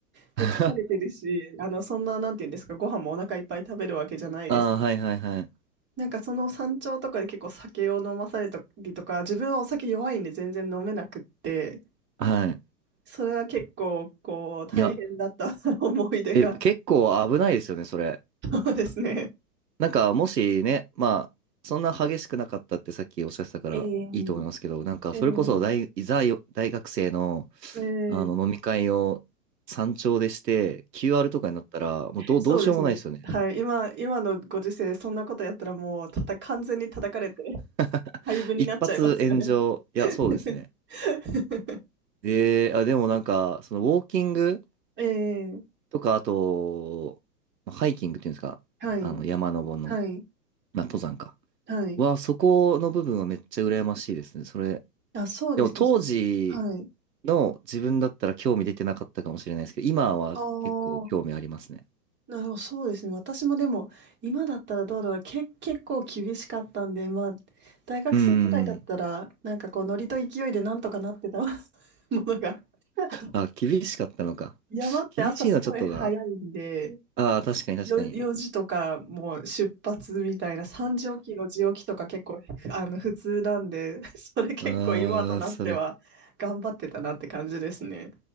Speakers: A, on the right (about 20°); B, on the right (about 85°).
A: で、
B: <laughs>
A: 疲れてるし、あのそんな、なんていうんですか、ご飯もお腹いっぱい食べるわけじゃないです。
B: ああ、はいはいはい。
A: なんかその山頂とかで結構酒を飲まされたりとか、自分はお酒弱いんで全然飲めなくって、
B: はい。
A: それは結構こう大変だった
B: いや、
A: <laughs> 思い出が、
B: え、結構危ないですよね、それ。
A: そうですね。
B: なんか、もしね、まあ、そんな激しくなかったってさっきおっしゃってたからいいと思いますけど、
A: ええ
B: なんか、
A: ええ
B: それこそ大、いざよ大学生の、
A: ええ
B: あの、飲み会を山頂でして、QR とかになったら、もうどう、
A: そうですね。
B: どうしようもないですよね。
A: はい。今、今のご時世、そんなことやったらもう、たた、完全に叩かれて、
B: <laughs>
A: 廃部になっちゃいますよね。
B: 一発炎上。いや、
A: <laughs>
B: そうですね。えー、あ、でもなんか、そのウォーキング
A: ええ
B: とか、あと、ハイキングっていうんですか、
A: はい、
B: あの、山登りの、
A: はい、
B: まあ、登山か。
A: はい。
B: は、そこの部分はめっちゃ羨ましいですね。それ、
A: あ、そうですね。
B: でも当時
A: はい。
B: の自分だったら興味出てなかったかもしれないですけど、今は結構興味ありますね。
A: ああ、なるほど、そうですね。私もでも、今だったらどうだろう。け、結構厳しかったんで、まあ、大学生くらいだったら、
B: うーん。
A: なんかこう、ノリと勢いでなんとかなってた <laughs> ものが、<laughs> あと、
B: あ、厳しかったのか。
A: 山って朝すごい早いんで、
B: 厳しいのはちょっとな。ああ、確かに確かに。
A: よ、4時とかもう出発みたいな、3時起き、4時起きとか結構あの普通なんで、<laughs> それ結構今となっては頑張ってたなって感じですね。
B: うーん、それ。